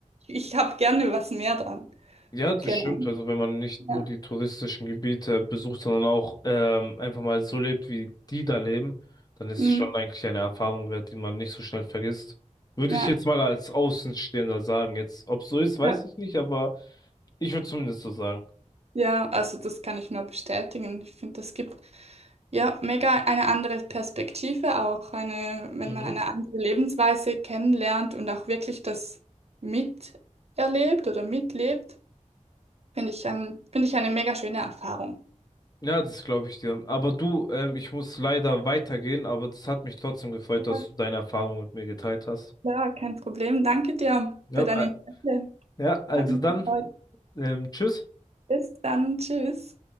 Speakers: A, on the right; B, on the left.
A: ich habe gerne was mehr dran.
B: Ja, das
A: Genau.
B: stimmt. Also wenn man nicht
A: Ja.
B: nur die touristischen Gebiete besucht, sondern auch ähm, einfach mal so lebt, wie die da leben, dann ist
A: Mm,
B: es schon eigentlich eine Erfahrung wert, die man nicht so schnell vergisst. Würde
A: ja.
B: ich jetzt mal als Außenstehender sagen. Jetzt, ob es so ist, weiß
A: Ja,
B: ich nicht, aber ich würde zumindest so sagen.
A: ja, also das kann ich nur bestätigen. Ich finde, das gibt Ja, mega eine andere Perspektive auch, eine, wenn
B: Mhm.
A: man eine andere Lebensweise kennenlernt und auch wirklich das miterlebt oder mitlebt, finde ich ein, finde ich eine mega schöne Erfahrung.
B: Ja, das glaube ich dir. Aber du, ähm, ich muss leider weitergehen, aber das hat mich trotzdem gefreut,
A: Ja,
B: dass du deine Erfahrung mit mir geteilt hast.
A: klar, kein Problem. Danke dir
B: Ja,
A: für dein Interesse.
B: äh, ja, also
A: Hat mich
B: dann,
A: gefreut.
B: ähm, tschüss.
A: Bis dann. Tschüss.